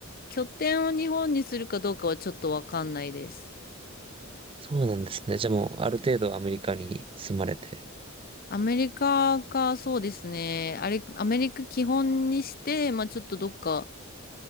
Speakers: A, on the left; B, on the right.
A: 拠点を日本にするかどうかはちょっとわかんないです。
B: そうなんですね。じゃあもう、ある程度アメリカに住まれて。
A: アメリカか、そうですね。あれ、アメリカ基本にして、まあちょっとどっか、